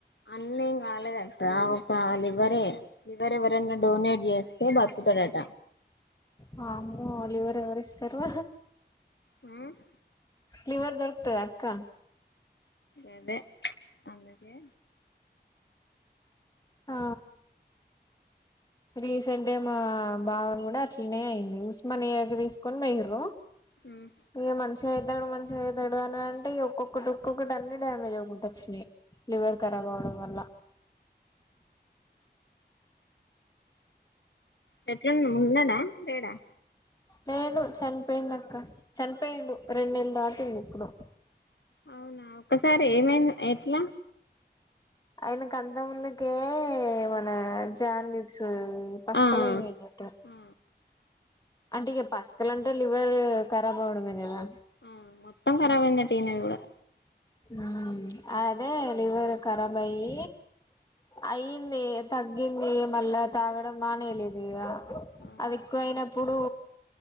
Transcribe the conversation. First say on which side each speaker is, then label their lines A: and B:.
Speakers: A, on the left; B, on the left.
A: అన్నేం కాలేదట్రా ఒక లివరే లివర్ ఎవరనా డొనేట్ చేస్తే బతు కుతడట
B: వామ్మో లివరు ఎవరు ఇస్తారు
A: ఉమ్మ్
B: లివర్ దొరుకుతాదా అక్క
A: అదే అందుకే
B: ఆ రీసెంటుగా మా బావ కూడా అట్లనే అయింది ఉస్మానియాకి తీసుకొని పోయిర్రు
A: ఉమ్
B: ఏ మం చేతాడు మంచిగా చేతాడు అని అంటే ఒక్కొక్కటి ఒక్కొక్కటి అన్ని డ్యామేజ్ అవుకుంటా వచ్చినాయి లివర్ ఖరాబ్ అవడం వల్ల
A: ఎట్లుండు ఉన్నాడా లేడా
B: లేడు చనిపోయిండు అక్క చనిపోయిండు రెండు నెలు దాటింది ఇప్పుడు
A: అవునా ఒకసారే ఏమైంది ఎట్లా
B: ఆయనకు అంత ముందుకే మన జాడిస్ ఉమ్ పస్కలైనయన్నట
A: ఆ ఆ
B: అంటే ఇక పసుకలు అంటే లివర్ కరాబ్ అవడమే కదా
A: ఆ మొత్తం కరాబైందంట ఇనది కూడా
B: ఉమ్ అ అదే లివర్ ఖరాబ్ అయి అయ్యింది తగ్గింది మళ్ళా తాగడం మానేరాలేదిగ
A: ఉమ్
B: అది ఎక్కువయినప్పుడు